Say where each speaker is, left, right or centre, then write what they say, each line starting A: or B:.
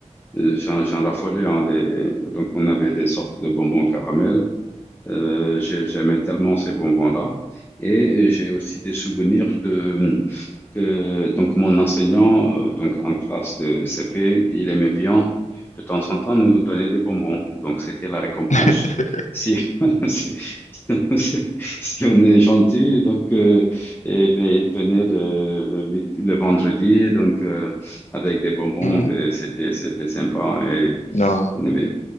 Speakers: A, on the left; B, on the left.
A: Euh, J'en, j'en raffolais, hein, les... Donc, on avait des sortes de bonbons caramel. Euh, j'ai- j'aimais tellement ces bonbons-là. Et j'ai aussi des souvenirs de que donc mon enseignant, euh, donc en classe de CP, il aimait bien de temps en temps nous donner des bonbons. Donc, c'était la récompense.
B: <laughs>
A: Si, <laughs> si, si si on est gentil, donc, euh, eh ben, il venait le, le, le vendredi, donc, euh, avec des bonbons,
B: Mhm.
A: et c'était, c'était sympa. Et
B: Non,
A: on bien.